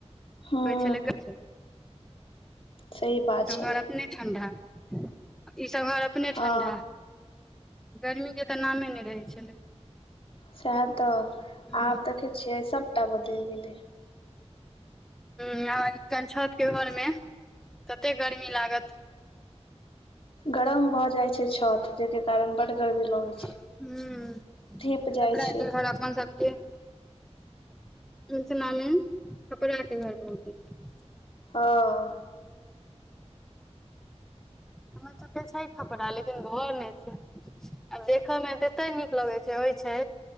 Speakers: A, on the left; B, in the centre.
A: हूँ
B: को छल को छल
A: सही बात छलै
B: घर अपने <unintelligible> ठंडा ई सभ इमहर अपने
A: हँ
B: ठंडा इन गर्मीके तऽ नामे नहि रहै छलै
A: सएह तऽ
B: हूँ
A: आब देखे छियै सबटा बदलि गेले
B: ह आ कनि छतके घोर मे तते गर्मी लागत
A: गरम भऽ जाइ छै छत जेके कारण बड गरमी लगै
B: हू
A: छै धीप जाइ
B: खपरा
A: छै
B: के घर अपन सबके ओहि जमाना मे खपरा के घर बहुत नीक
A: हँ
B: हमर सबके छै खपरा लेकिन घर नहि छै आ देखय मे तते नीक लगै छै होय छै